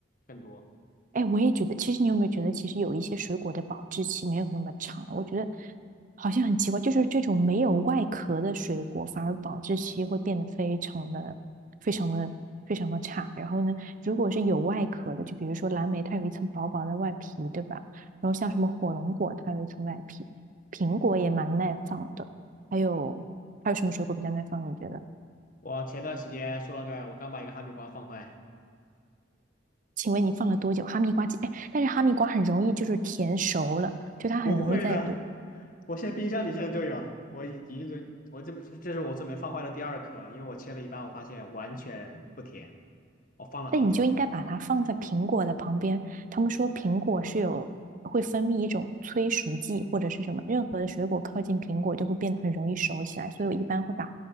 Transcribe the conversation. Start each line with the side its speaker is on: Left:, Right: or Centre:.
Left: 更多。
Right: 哎，我也觉得，其实你有没有觉得，其实有一些水果的保质期没有那么长？我觉得好像很奇怪，就是这种没有外壳的水果，反而保质期会变得非常的、非常的、非常的差。然后呢，如果是有外壳的，就比如说蓝莓，它有一层薄薄的外皮，对吧？然后像什么火龙果，它有一层外皮，苹果也蛮耐放的。还有还有什么水果比较耐放？你觉得？
Left: 我前段时间说了个，我刚把一个哈密瓜放坏。
Right: 请问你放了多久？哈密瓜，哎，但是哈密瓜很容易就是甜熟了。就它很容易在，
Left: <laughs> 不会的，
Right: 比
Left: 我现在冰箱里现在就有，我已经准，我这么这是我准备放坏的第二颗了，因为我切了一半，我发现完全不甜，我放了好久。
Right: 那你就应该把它放在苹果的旁边。他们说苹果是有会分泌一种催熟剂或者是什么，任何的水果靠近苹果就会变得很容易熟起来，所以我一般会把